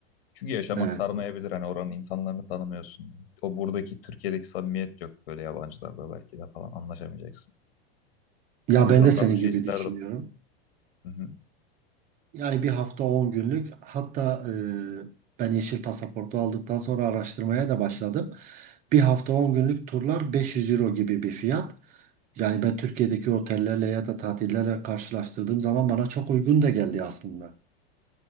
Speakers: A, on the left; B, on the right.
A: Çünkü yaşamak
B: Evet.
A: sarmayabilir hani oranın insanlarını tanımıyorsun. O buradaki Türkiye'deki samimiyet yok böyle yabancılarda belki de falan anlaşamayacaksın.
B: Ya
A: O yüzden
B: ben
A: o
B: de
A: tarz
B: senin
A: bir şey
B: gibi
A: isterdim.
B: düşünüyorum.
A: Hı hı.
B: Yani bir hafta 10 günlük hatta e, ben yeşil pasaportu aldıktan sonra araştırmaya da başladım. Bir hafta 10 günlük turlar 500 euro gibi bir fiyat. Yani ben Türkiye'deki otellerle ya da tatillerle karşılaştırdığım zaman bana çok uygun da geldi aslında.